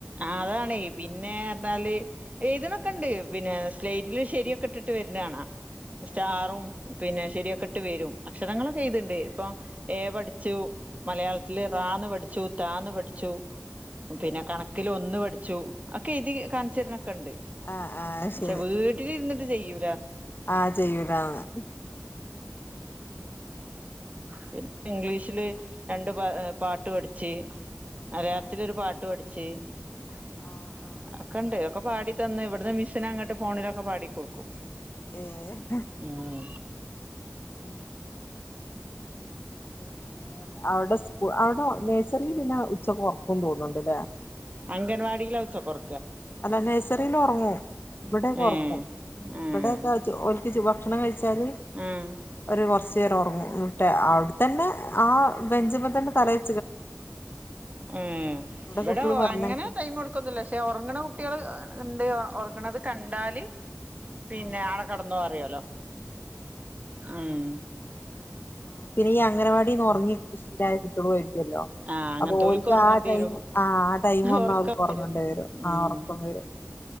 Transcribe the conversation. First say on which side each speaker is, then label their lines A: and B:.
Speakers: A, on the right (about 30°); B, on the left (about 50°).
A: ആഹ് അതാണെയ് പിന്നെ ന്നാല് എയ്ത്ണൊക്കെണ്ട് പിന്നെ സ്ലേറ്റില് ശരിയൊക്കെ ഇട്ട്ട്ട് വര്ണെ കാണാ സ്റ്റാറും
B: ഏഹ്
A: പിന്നെ ശെരി ഒക്കെ ഇട്ട് വരും അക്ഷരങ്ങളൊക്കെ എയ്ത്ണ്ട് ഇപ്പൊ ഏ പഠിച്ചു മലയാളത്തില് റാന്ന് പഠിച്ചു താന്ന് പഠിച്ചു പിന്നെ
B: ഏഹ്
A: കണക്കില് ഒന്ന്‌ പഠിച്ചു ഒക്കെ എയ്തി കാണിച്ചെര്ണൊക്കെ ക്കണ്ട്
B: ആഹ് ആഹ്
A: പക്ഷെ
B: ശരി
A: വീട്ടിലിരുന്നിട്ട് ചെയ്യൂ
B: ആഹ് ചെയ്യൂലാന്ന്
A: പിന്നെ ഇംഗ്ലീഷില് രണ്ട് പ പാട്ട് പഠിച്ചു മലയാളത്തില്
B: ഏഹ്
A: ഒരു പാട്ട് പഠിച്ചി ച്ചി
B: ആഹ് ആഹ്
A: അക്കെണ്ട് പാടി തന്നെ മിസ്സിനെ അങ്ങട്ടൊക്കെ ഫോണിലൊക്കെ പാടിക്കൊടുക്കും
B: ഏഹ്
A: ഉം
B: <unintelligible> പിന്നെ അവവിടെ സ്കൂ അവിടെ നേഴ്സറിൽ പിന്നെ ഉച്ചൊറപ്പന്ന് തോന്നുന്നുണ്ട്ല്ലേ
A: അംഗൻവാടില ഉച്ചോക്കൊറ
B: അല്ല നഴ്സറിൽ ഉറങ്ങും ഇവിടെൊക്കെ
A: ഏഹ്
B: ഉറക്കും ഉ
A: ആഹ്
B: ഇവിടെൊക്കെ ഒക്ക്ി ഭക്ഷണം കഴിച്ചാല്
A: ആഹ്
B: ഒരു കുറച്ച് ചറോ ട്ട് അവിടെത്തന്നെ ആ വ്യഞ്ജനത്തിന്റെ തറയി
A: ഉം ഇവിടെ
B: കുട്ടികൾ പറഞ്ഞേക്കാം
A: അങ്ങനെ ടൈം എടുക്കൊന്നില്ല പക്ഷെ ഉറങ്ങണ കുട്ടികള് എന്ത ഉറങ്ങണത് കണ്ടാല് പിന്നെ
B: ആഹ്
A: ആടെ കിടന്ന അറിയാലോ ആ ഉം
B: ആ പിന്നെ ഈ അംഗനവാടിന്ന് ഉറങ്ങിശീലായ കുട്ടികളുവരും ല്ലോ
A: ആഹ് അങ്ങനത്തോൽക്ക്
B: അപ്പൊ ഓര്ക്ക്
A: ഒറങ്ങേണ്ടി
B: ആ ടൈം
A: വരും
B: ആ ആ ടൈം ഒന്ന്
A: ഒറക്കം
B: അവക്ക് ഉറങ്ങേണ്ടി വരും
A: ഉം
B: ആ ഉറക്കം വരും